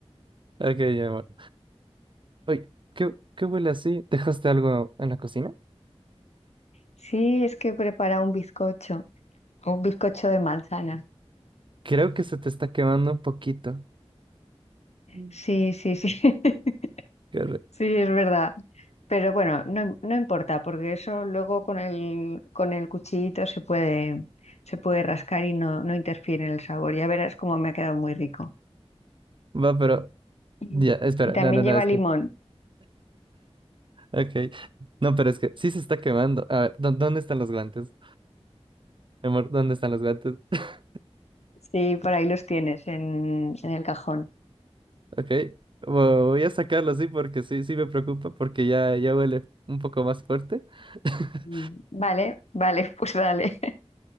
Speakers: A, on the right; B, on the left.
A: Ok, ya, bueno. Oye, ¿qué, qué huele así? ¿Dejaste algo en la cocina?
B: Sí, es que prepara un bizcocho, un bizcocho de manzana.
A: Creo que se te está quemando un poquito. Mm.
B: Sí, sí, sí. <laughs>
A: Corre-
B: Sí, es verdad. Pero bueno, no, no importa, porque eso luego con el, con el cuchillito se puede, se puede rascar y no, no interfiere en el sabor. Ya verás cómo me ha quedado muy rico.
A: Va, pero
B: Y,
A: ya, espera,
B: y también
A: no, no, no,
B: lleva
A: es
B: limón.
A: que, ok, no, pero es que sí se está quemando. A ver, ¿dó- ¿dónde están los guantes? Mi amor, ¿dónde están los guantes? <laughs>
B: Sí, por ahí los tienes en, en el cajón.
A: Ok, vo- voy a sacarlos, sí, porque sí, sí me preocupa, porque ya, ya huele un poco más fuerte. <laughs>
B: Mm, Vale, vale, <laughs> pues dale.